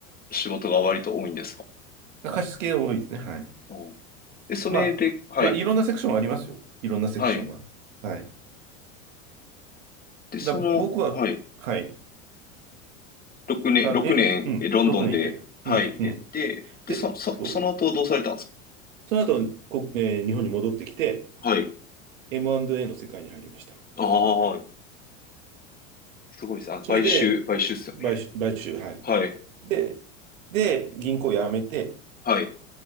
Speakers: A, on the left (about 20°); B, on the right (about 75°).
A: 仕事が割と多いんですか
B: 貸し付け多いですね。はい。
A: うんで、それで、
B: まあ、
A: はい。
B: まあ、いろんなセクションありますよ。いろんなセクションは。
A: はい。
B: はい。
A: で、その、
B: だ、僕は、
A: はい。
B: はい。
A: 6年、
B: あ、
A: 6年、
B: え、うん、
A: えロンドンで、
B: 6年いて。
A: はい。
B: うん、うん。
A: で、で、
B: で、
A: そ、そ、
B: そう。
A: その後どうされたんですか
B: その後、こ、えー日本に戻ってきて、
A: はい。
B: M&A の世界に入りました。
A: ああ、すごいですね。あ、
B: それで、
A: 買収、買収っすよね。
B: 買収、買収、はい。
A: はい。
B: で、で、銀行を辞めて、
A: はい。